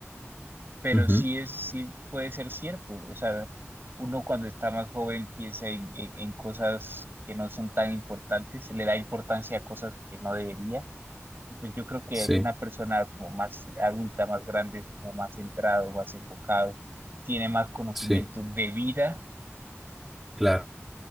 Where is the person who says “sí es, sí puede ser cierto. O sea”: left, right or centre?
Right